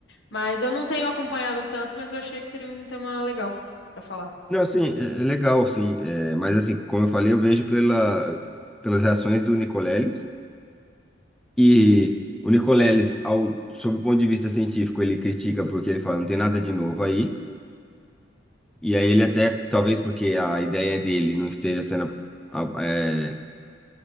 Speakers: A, on the left; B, in the centre.
A: Mas eu não tenho acompanhado tanto, mas eu achei que seria um tema legal pra falar.
B: não, sim, é é legal, sim. É, mas assim, como eu falei, eu vejo pela, pelas reações do Nicoleles. E o Nicoleles, ao, sob o ponto de vista científico, ele critica porque ele fala, não tem nada de novo aí. E aí ele até, talvez porque a ideia dele não esteja sendo a- é,